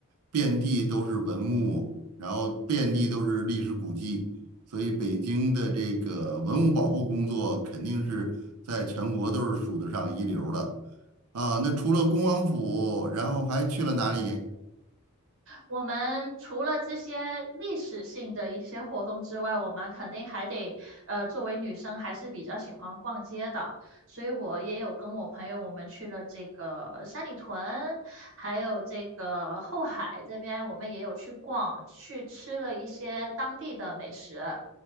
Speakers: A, on the right (about 85°); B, on the right (about 60°).
A: 遍地都是文物，然后遍地都是历史古迹，所以北京的这个文物保护工作肯定是在全国都是数得上一流的啊。那除了恭王府，然后还去了哪里
B: 我们除了这些历史性的一些活动之外，我们肯定还得，呃，作为女生还是比较喜欢逛街的，所以我也有跟我朋友我们去了这个三里屯，还有这个后海这边，我们也有去逛，去吃了一些当地的美食。